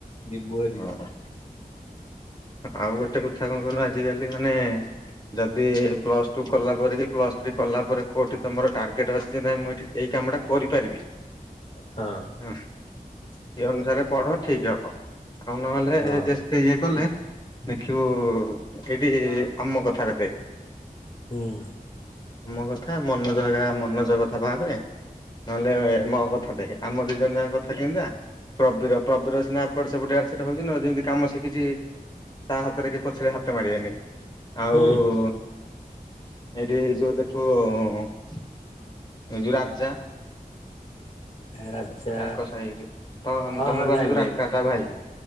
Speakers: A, on the left; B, on the left.
A: ଯିବୁ ହାରି।
B: ହଁ ଆଉ ଗୋଟେ କଥା କଣ କଲୁ ଆଜି କାଲି ମାନେ ଯଦି ପ୍ଲସଟୁ କଲା ପରେ କି ପ୍ଲସ୍ ଥ୍ରୀ କଲା ପରେ କୋଉଠି ତମର ଟାର୍ଗେଟ ଅଛି ନାଇ ମୁଁ ଏଠି। ଏଇ କାମ ଟା କରିପାରିବି।
A: ହଁ
B: ହୁଁ ଇ ଅନୁସାରେ ପଢ ଠିକ ହବ ଆଉ ନହେଲେ
A: ହଁ
B: ଯେତେ ଇଏ କଲେ ଦେଖିବୁ ଏଇଠି ଆମ କଥା ହେବେ।
A: ହୁଁ।
B: ମୋ କଥା ମନୋଜର ଯାହା ମନୋଜ କଥା ବାହାହେବେ ନହେଲେ ମୋ କଥା ଦେଖେ ଆମ ଦି ଜଣ ଯାକ କଥା କେମିତିକା ପ୍ରବୀର ପ୍ରବୀର ସିନା ଏପଟ ସେପଟ <unintelligible> ହଉଛି ଯେମିତି କାମ ସିକିଛି। ତା ହାତରେ କି ପଛରେ ହାତ ମାରିବେନି। ଆଉ
A: ହୁଁ
B: ଏଠି। ଯୋଉ ଦେଖ ଏ ଯଉ ରାଜା।
A: ରାଜା
B: ୟାଙ୍କ ସାହି ଯଉ ତ
A: ହଁ
B: ତମକୁ
A: ହଁ
B: ଆସଛୁ
A: ଜାଣିଲି
B: ରାକା
A: ଜାଣିଲି
B: ତା ଭାଇ